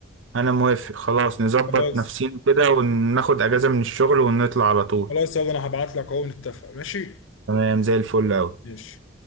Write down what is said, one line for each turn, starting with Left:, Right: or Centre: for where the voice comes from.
Right: انا موافق خلاص نظبط
Left: خلاص
Right: نفسينا كده وناخد اجازه من الشغل ونطلع على طول
Left: خلاص يلا انا هبعت لك اهو نتفق ماشي
Right: تمام زي الفل اوي
Left: ماشي